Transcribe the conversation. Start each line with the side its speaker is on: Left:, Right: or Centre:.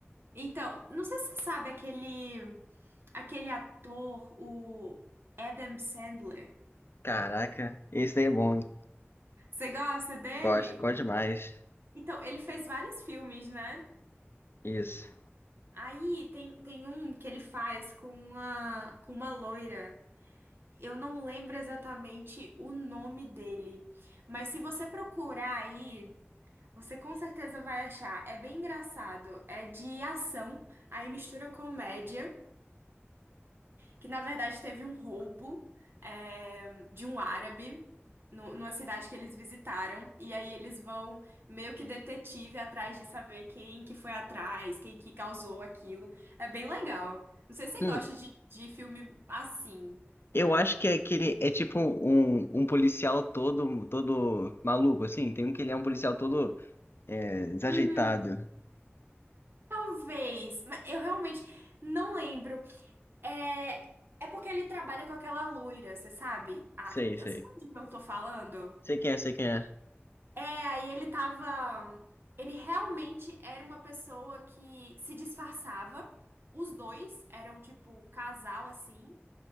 Right: Então, não sei se você sabe aquele aquele ator, o Adam Sandler.
Left: Caraca, esse daí é bom. hein?
Right: Você gosta dele?
Left: Gosto, gosto demais.
Right: Então, ele fez vários filmes, né?
Left: Isso.
Right: Aí tem, tem um que ele faz com uma com uma loira. Eu não lembro exatamente o nome dele, mas se você procurar aí Você com certeza vai achar. É bem engraçado. É de ação, aí mistura comédia, que na verdade teve um roubo é, de um árabe nu- numa cidade que eles visitaram. E aí eles vão meio que detetive atrás de saber quem que foi atrás, quem que causou aquilo. É bem legal. Não sei se você
Left: Hum,
Right: gosta de, de filme assim.
Left: eu acho que é aquele é tipo um, um policial todo todo maluco assim. Tem um que ele é um policial todo É, desajeitado.
Right: Hum, talvez, mas eu realmente não lembro. É, é porque ele trabalha com aquela loira, você sabe? Ah,
Left: Sei,
Right: você
Left: sei.
Right: sabe do que eu tô falando?
Left: Sei quem é, sei quem é.
Right: É, aí ele tava. Ele realmente era uma pessoa que se disfarçava. Os dois eram tipo casal assim.